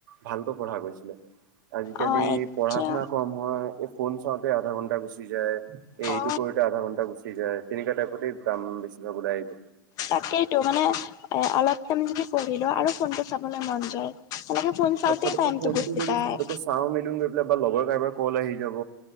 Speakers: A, on the right; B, on the left.
A: ভালকৈ পঢ়া গৈছিলে, আজিকালি
B: অ এতিয়া
A: পঢ়া শুনা কম হয়। ফোন চাওঁতে আধা ঘন্টা গুচি যায়, এই
B: অ
A: এইটো কৰোতে আধা ঘন্টা গুচি যায়। তেনেকুৱা টাইপতে কাম বেছিভাগ ওলাই আহিব।
B: তাকেইতো মানে এ অলপ কম যদি পঢ়িলো আৰু ফোনটো চাবলৈ মন যায়। তেনেকে ফোন চাওঁতে
A: আৰু ফটককৈ
B: টাইমতো
A: ফোনটো
B: গুচি
A: যদি
B: যায়।
A: ফটককৈ চাওঁ মেলোন গৈ পেলাই বা লগৰ কাৰোবাৰ কল আহি যাব।